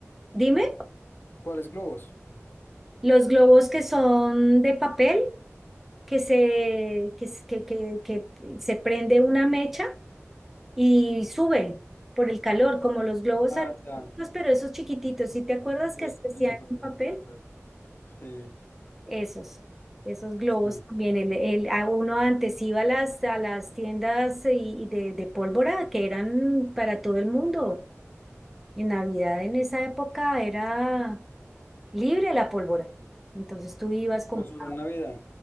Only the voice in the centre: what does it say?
Dime,
los globos que son de papel, que se, que, se- que, que que se prende una mecha. y suben por el calor, como los globos
aerostáticos,
pero esos chiquititos, si te acuerdas
que se hacían
en papel?
Esos, esos globos
también, el, el, a uno antes iba a las, a las tiendas y, y de, de pólvora que eran para todo el mundo. En Navidad, en esa época, era libre la pólvora. Entonces tú ibas con...